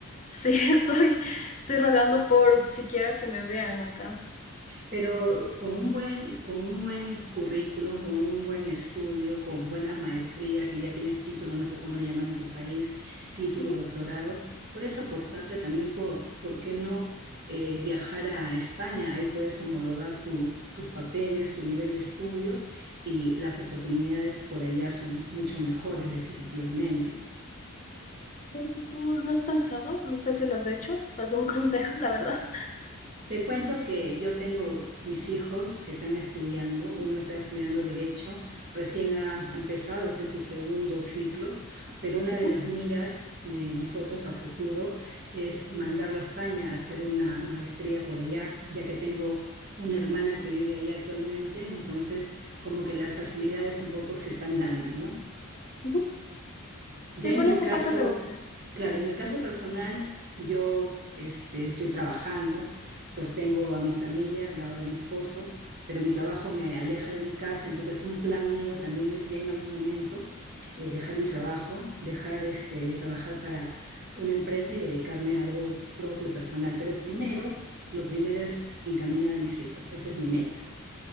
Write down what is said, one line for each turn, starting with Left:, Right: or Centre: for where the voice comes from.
Left: Sí, <laughs> estoy, estoy rogando por siquiera que me vean acá.
Right: Pero con un buen, con un buen currículum, con un buen estudio, con buenas maestrías, si ya tienes título, no sé cómo le llaman en tu país, título,
Left: Ujú,
Right: doctorado, puedes apostarte también por, ¿por qué no? eh, viajar a España, ahí puedes homologar tu- tus papeles, tu nivel de estudio y las oportunidades por allá son mucho mejores definitivamente.
Left: ¿Tú tú no has pensado? No sé si lo has hecho. ¿Algún <laughs> consejo, la verdad?
Right: Te cuento que yo tengo mis hijos que están estudiando, uno está estudiando derecho, recién ha, ha empezado, está en su segundo ciclo, pero una
Left: ujú,
Right: de las miras de nosotros a futuro es mandarlo a España a hacer una maestría por allá, ya que tengo una hermana que vive allá actualmente, entonces como que las facilidades un poco se están dando, ¿no?
Left: ujú. Sí,
Right: Ya en
Left: por
Right: mi
Left: esa
Right: caso,
Left: parte también sé.
Right: claro, en mi caso personal, yo este, estoy trabajando, sostengo a mi familia al lado de mi esposo, pero mi trabajo me aleja de mi casa, entonces un plan mío también es ya en algún momento eh, dejar el trabajo, dejar este, de trabajar para una empresa y dedicarme a algo propio, personal. Pero primero, lo primero es encaminar a mis hijos, esa es mi meta.